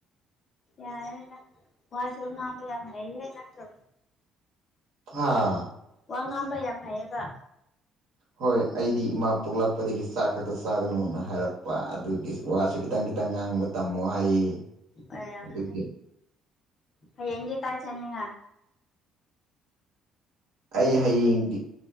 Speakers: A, on the left; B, on the right.
A: ꯌꯥꯔꯦꯗ ꯋꯥꯁꯨ ꯉꯥꯡꯕ ꯌꯥꯝ ꯍꯩꯔꯦ ꯑꯩꯁꯨ
B: ꯑꯥ
A: ꯋꯥ ꯉꯥꯡꯕ ꯌꯥꯝ ꯍꯥꯏꯌꯦꯕ
B: ꯍꯣꯏ ꯑꯩꯗꯤ ꯏꯃꯥ ꯄꯣꯛꯂꯛꯄꯗꯒꯤ ꯆꯥꯛ ꯆꯥꯒꯅꯨꯅ ꯍꯥꯏꯔꯛꯄ ꯑꯗꯨꯒꯤ ꯋꯥꯁꯨ ꯈꯤꯇꯪ ꯈꯤꯇꯪ ꯉꯥꯡꯕ ꯇꯝꯃꯣ ꯍꯥꯏꯌꯦ
A: ꯅꯣꯏꯔꯝꯅꯤ
B: ꯑꯗꯨꯒꯤ
A: ꯍꯌꯦꯡꯖꯦ ꯀꯥꯏ ꯆꯠꯅꯤꯡꯉꯥꯏ
B: ꯑꯩ ꯍꯌꯦꯡꯗꯤ